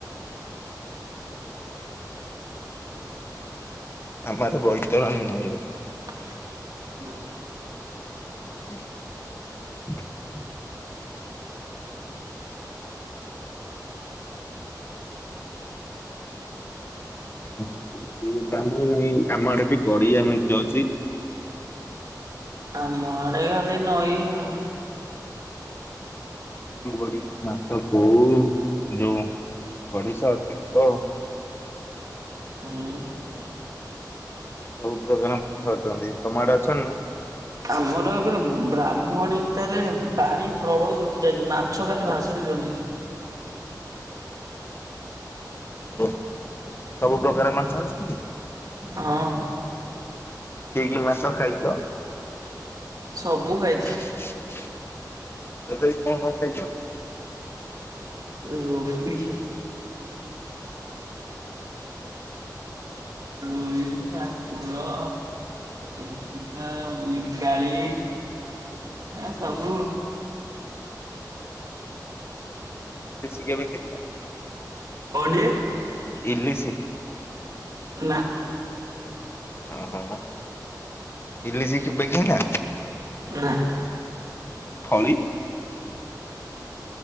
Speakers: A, on the left; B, on the right.
A: ଆମ ଆଡେ ବୈତରଣୀ ଅଛି।
B: <inaudible>
A: <inaudible> ସେ ଯୋଉ ବ୍ରାହ୍ମଣୀ ନଈ, ଆମ ଆଡେ ବି ଗଡିଆ ମେଞ୍ଚେ ଅଛି।
B: ଆମ ଆଡେ ଖାଲି ନଈ ଆଉ।
A: ଗଡିଆ ମାଛ କୋଉ ଯୋଉ ଗଡିଶ ଚେଙ୍ଗ।
B: ହୁଁ।
A: ସବୁ ପ୍ରକାର ମାଛ ଅଛନ୍ତି, ତମ ଆଡେ ଅଛନ୍ତି ନା?
B: ଆମର ଏବେ ବ୍ରାହ୍ମଣୀଟାରେ ପାଣି ପ୍ରବଳ ଶୁ କି ଯାଇଛି ମାଛ ଖାଲି ଭାସୁଚନ୍ତି।
A: <unintelligible> ସବୁ ପ୍ରକାର ମାଛ ଅଛନ୍ତି?
B: ହଁ
A: କି କି ମାଛ ଖାଇଚ?
B: ସବୁ ଖାଇଚି।
A: ତଥାପି କଣ କଣ ଖାଇଚ?
B: ରୋହୀ। ରୋହିି, ଭାକୁର। ଇଲି <unintelligible> ମିରିକାଳି ଏ ସବୁ।
A: ଦେଶି କେବେ ଖାଇନ?
B: କଣ ଟିଏ
A: ଇଲିଶି
B: ନା।
A: ଓହୋ। ଇଲିସି କେବେ ଖାଇନା?
B: ନା।
A: ଫଳି